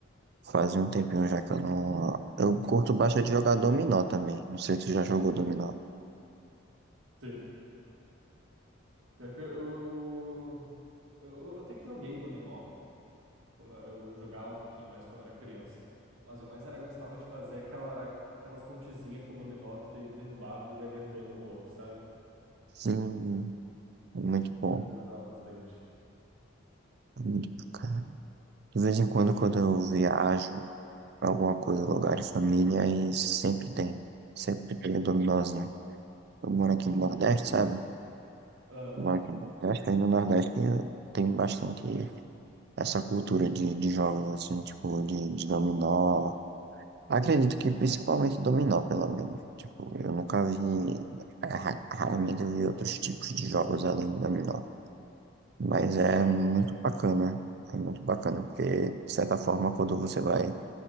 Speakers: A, on the right; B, on the right.
A: faz um tempinho já que eu não. Eu curto bastante jogar dominó também. Não sei se tu já jogou dominó.
B: Sim. Pior que eu, eu, eu- eu até que joguei dominó, quando eu jogava um pouquinho mais quando era criança, mas eu mais era gostava de fazer aquela, aquelas pontezinhas com dominó que daí derrubava e vai derrubando o outro, sabe?
A: Sim, é muito bom.
B: Era o que eu gostava bastante.
A: é Muito bacana. De vez em quando,
B: Sim.
A: quando eu viajo pra alguma coisa, lugar de família, aí sempre tem. Sempre tem o dominós, né Eu moro aqui
B: Pô,
A: no
B: que
A: Nordeste,
B: legal, cara.
A: sabe?
B: Aham.
A: Eu moro aqui no Nordeste, aí no Nordeste tem bastante essa cultura de, de jogos, assim, tipo, de, de dominó. Acredito que principalmente dominó, pelo menos. Tipo, eu nunca vi, é, ra- raramente eu vi outros tipos de jogos além do dominó. Mas
B: Sim,
A: é muito bacana. É muito bacana, porque, de certa forma, quando você vai